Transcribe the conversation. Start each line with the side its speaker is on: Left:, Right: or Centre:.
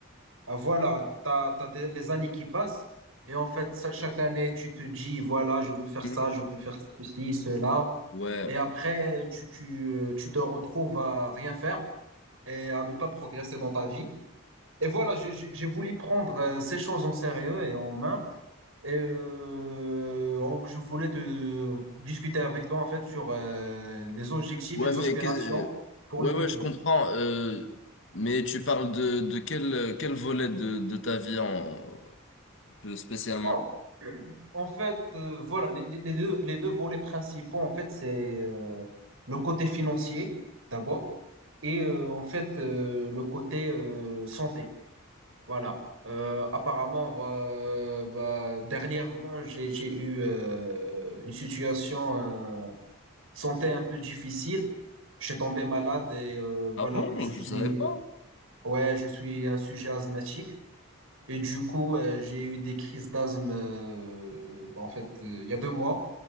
Right: Ah, voilà, t'as, t'as des- les années qui passent et en fait, ça- chaque année, tu te dis, voilà, je veux faire
Left: Mhm.
Right: ça, je veux faire ceci, cela.
Left: Ouais,
Right: Et après, tu, tu, euh, tu te retrouves à rien faire et à ne pas progresser dans ta vie. Et voilà, j'ai- j'ai j'ai voulu prendre euh, ces choses en sérieux et en main. Et euh, on- je voulais te discuter avec toi en fait sur euh, les objectifs
Left: ouais,
Right: et les
Left: mais
Right: aspirations
Left: qu'est-ce- euh,
Right: pour
Left: ouais,
Right: le futur.
Left: ouais, je comprends. euh, mais tu parles de, de quel, quel volet de, de ta vie en, plus spécialement?
Right: Oh, en fait, euh, voilà, les, les- les deux, les deux volets principaux, en fait, c'est euh, le côté financier d'abord et euh, en fait euh, le côté euh, santé. Voilà. Euh, apparemment, va- va- euh, bah, dernièrement, j'ai, j'ai eu euh, une situation euh, de santé un peu difficile. Je suis tombé malade et euh, voilà,
Left: Ah bon,
Right: comme je
Left: je
Right: suis,
Left: savais pas.
Right: ouais, je suis un sujet asthmatique. Et du coup, euh, j'ai eu des crises d'asthme, euh, bah, en fait, euh, il y a deux mois.